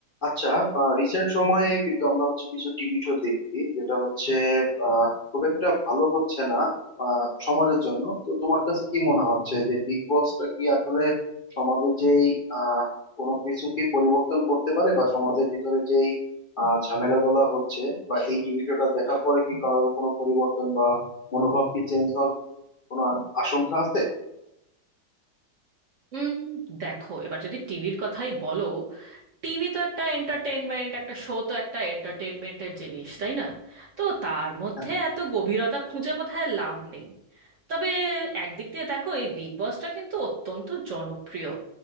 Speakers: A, on the left; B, on the right.
A: আচ্ছা রিসেন্ট সময়ে কিন্তু আমরা হচ্ছে কিছু টিভি শো দেখি যেটা হচ্ছে আহ, খুব একটা ভালো হচ্ছে না আহ, সমাজের জন্য তো তোমার কাছে কি মনে হচ্ছে যে বিগ বসটা কি আসলে সমাজের যেই আহ কোনো কিছু কি পরিবর্তন করতে পারে বা সমাজের ভিতরে যেই আহ ঝামেলাগুলা হচ্ছে বা এই টিভি শোটা দেখার পরে কি কারোর কোনো পরিবর্তন বা মনোভাব কি চেঞ্জ হওয়ার কোনো আশঙ্কা আছে
B: উম, দেখো এবার যদি টিভির কথাই বলো টিভি তো একটা এন্টারটেনমেন্ট একটা শো তো একটা এন্টারটেনমেন্টের জিনিস তাই না তো তার মধ্যে
A: হ্যাঁ
B: এত গভীরতা খুঁজে বোধহয় লাভ নেই তবে একদিক দিয়ে দেখো এই বিগ বসটা কিন্তু অত্যন্ত জনপ্রিয়